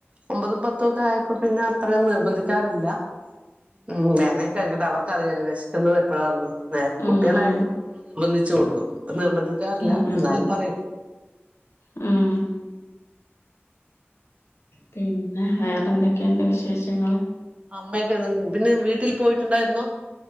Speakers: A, on the right; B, on the left.
A: ഒമ്പതും പത്തും ഒക്കെ ആയപ്പോ പിന്നെ അത്രയും നിർബന്ധിക്കാറില്ല ഉം വേണേ കഴിക്കട്ട് അവർക്കറിയല്ലോ വിശക്കുന്നത് എപ്പോഴാന്ന് നേരത്തെ
B: ഉം
A: കുട്ടികളായിരിക്കും
B: ഉം
A: നമ്മള് നിർബന്ധിച്ച് കൊടുക്കും ഇപ്പ നിർബന്ധിക്കാറില്ല
B: ഉം ഉം
A: എന്നാലും പറയും
B: ഉം പിന്നെ വേറെ എന്തൊക്കെയുണ്ട് വിശേഷങ്ങള്
A: അമ്മയൊക്കെ പിന്നെ വീട്ടിൽ പോയിട്ടുണ്ടായിരുന്നോ